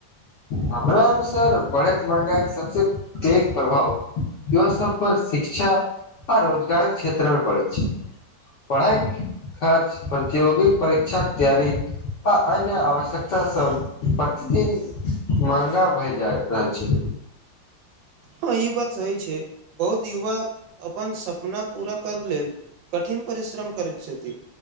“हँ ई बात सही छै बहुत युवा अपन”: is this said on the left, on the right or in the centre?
Right